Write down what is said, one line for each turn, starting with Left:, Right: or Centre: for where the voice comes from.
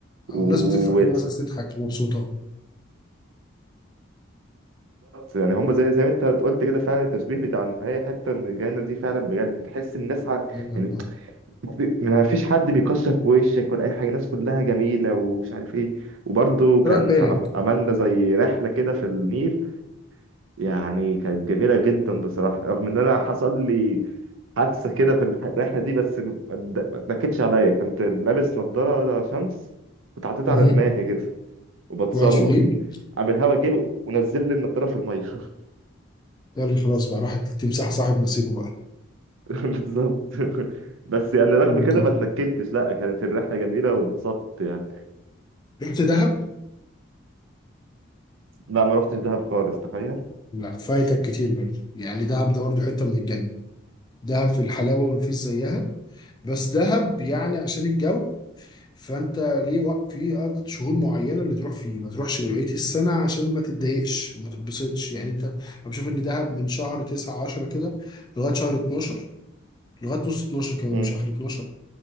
Right: وبالظبط
Left: او ناس بتفرح كده ناس عايزة تضحك ومبسوطه
Right: يعني هم زي زي ما انت قلت كده فعلا التشبيه بتاع ان هي حته من الجنه دي فعلا بجد تحس الناس ع...
Left: يلا
Right: يعني
Left: يلا.
Right: ما فيش حد بيكسر في وشك ولا اي حاجه الناس كلها جميله ومش عارف ايه وبرضه كان
Left: راح بالك
Right: عم- عملنا زي رحله كده في النيل يعني كانت جميله جدا بصراحه رغم ان انا حصل لي حادثه كده في الح- الرحله دي بس ما اتد- ما اتنكدش عليا كنت لابس نضاره شمس كنت حاططها
Left: مهم.
Right: على دماغي كده وبتصور
Left: وقعت في النيل
Right: قام الهوا جه ونزل لي النضاره في الميه <laughs>
Left: يلا خلاص بقى راحت تمسح صاحب نصيبه بقى
Right: بالظبط بس يعني رغم
Left: منطقة.
Right: كده ما اتنكدتش لا كانت الرحله جميله واتبسطت يعني
Left: رحت دهب
Right: لا ما رحتش دهب خالص تخيل
Left: لا فايتك كتير برضه يعني دهب ده برضه حته من الجنه دهب في الحلاوه مفيش زيها بس دهب يعني عشان الجو فانت ليه وقت في عدد شهور معينه اللي تروح فيه ما تروحش بقيه السنه عشان ما تتضايقش ما تتبسطش يعني انت انا بشوف ان دهب من شهر 9 10 كده لغايه شهر 12 لغايه نص 12 كمان
Right: امم
Left: مش اخر 12